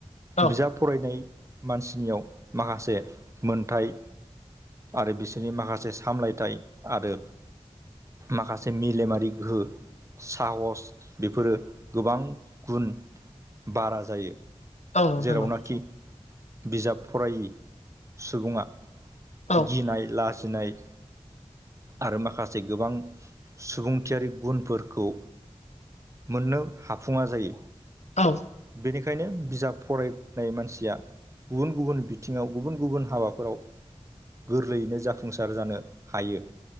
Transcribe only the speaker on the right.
बिजाब फरायनाय मानसिनियाव माखासे मोनथाय आरो बिसोरनि माखासे सामलायथाय आरो माखासे मेलेमा रि गोहो साहस बेफोरो गोबां गुन बारा जायो।
जेरावनाखि
बिजाब फरायै सुबुङा
गिनाय लाजिनाय आरो माखासे गोबां सुबुंथियारि गुनफोरखौ मोननो हाफुङा जायो।
बेनिखायनो बिजाब फरायनाय मानसिया गुबुन गुबुन बिथिङाव गुबुन गुबुन हाबाफोराव गोरलैयैनो जाफुंसार जानो हायो।